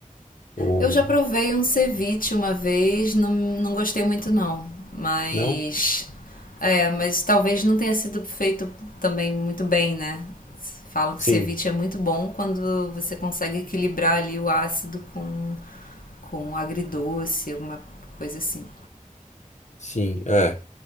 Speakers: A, on the left; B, on the left.
A: Ou...
B: Eu já provei um ceviche uma vez, não, não gostei muito não, mas
A: Não?
B: é, mas talvez não tenha sido feito também muito bem, né? Falam que
A: Sim,
B: ceviche é muito bom quando você consegue equilibrar ali o ácido com com agridoce, alguma coisa assim.
A: sim, é.